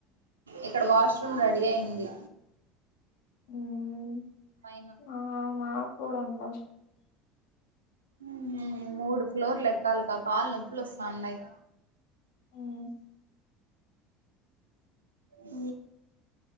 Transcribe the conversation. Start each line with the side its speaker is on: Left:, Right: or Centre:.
Right: ఇక్కడ వాష్రూమ్ రెడీ అయింది.
Left: ఉమ్
Right: పైన
Left: ఆహ్ మాకూడా అందది.
Right: ఉమ్ మూడు ఫ్లోర్ ఎక్కాలే కాళ్లు నొప్పులు వస్తా ఉన్నాయి.
Left: ఉమ్,
Right: ఆహ్.